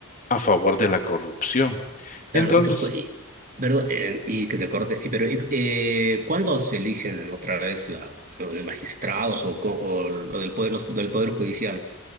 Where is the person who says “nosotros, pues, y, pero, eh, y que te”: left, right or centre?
Right